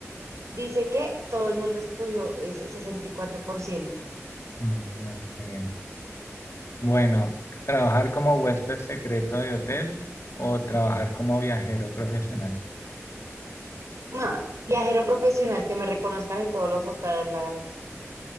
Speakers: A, on the right (about 75°); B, on the left (about 60°).
A: Dice que todo el mundo escogió ese sesenta y cuatro por ciento.
B: Mm, Muy bien. Bueno, ¿trabajar como huésped secreto de hotel o trabajar como viajero profesional?
A: Ah, viajero profesional, que me reconozcan en todos los hoteles.